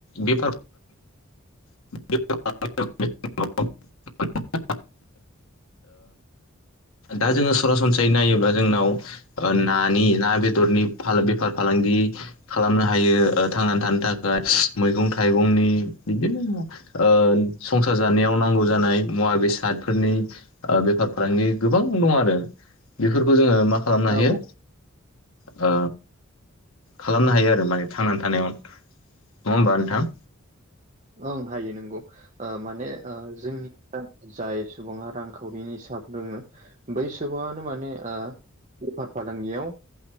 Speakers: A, on the left (about 80°); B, on the right (about 35°).
A: बेफार <unintelligible> दा जोङो सरासनस्रायै नायोब्ला जोंनाव नानि ना बेदरनि बेफार फालांगि खालामनो हायो थांनानै थानो थाखाय मैगं थाइगंनि बिदिनो संसार जानायाव नांगौ जानाय मुवा बेसादफोरनि बेफार फालांगि गोबां दं आरो बेफोरखौ जोङो मा खालामनो
B: औ
A: हायो ओ खालामनो हायो आरो माने थांनानै थानायाव नङा होमबा नोंथां
B: ओं हायो नंगौ माने जोंनि जाय सुबुङा रांखावरिनि हिसाब रोङो बै सुबुङानो माने बेफार फालांगियाव